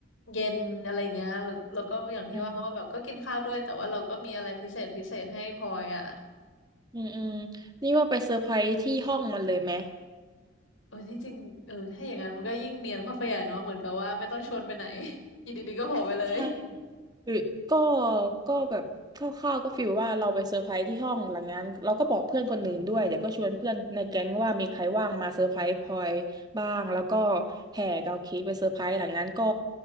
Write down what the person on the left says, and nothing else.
เย็นอะไรเงี้ยหรือแล้วก็อย่างที่ว่าว่าแบบก็กินข้าวด้วยแต่ว่าเราก็มีอะไรพิเศษพิเศษให้พลอยอ่ะ
เออที่จริงเออถ้าอย่างนั้นมันก็ยิ่งเนียนเข้าไปใหญ่เนาะเหมือนกับว่าไม่ต้องชวนไปไหน <laughs> อยู่ดีๆก็โผล่ไปเลย